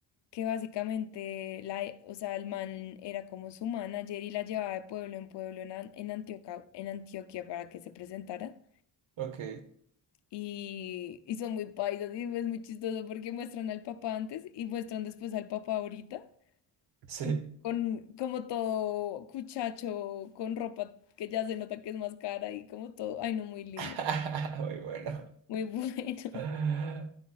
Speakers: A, on the left; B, on the right.
A: que básicamente la, e, o sea, el man era como su manager y la llevaba de pueblo en pueblo en, An- en Antioquia, en Antioquia para que se presentara.
B: Ok,
A: y, y son muy paisas y es muy chistoso porque muestran al papá antes y muestran después al papá ahorita,
B: sí.
A: como, con, como todo cuchacho, con ropa que ya se nota que es más cara y como todo, ay no, muy lindo,
B: <laughs> Muy bueno.
A: muy bueno, <laughs>
B: Ah,